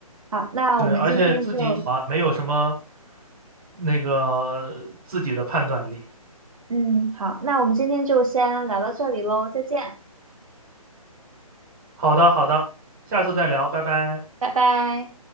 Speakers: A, on the right (about 60°); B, on the right (about 35°).
A: 好，那我们今天就，
B: 对，而且自己啊没有什么那个呃自己的判断力。
A: 嗯，好，那我们今天就先聊到这里喽，再见，
B: 好的，好的，下次再聊，拜拜。
A: 拜拜。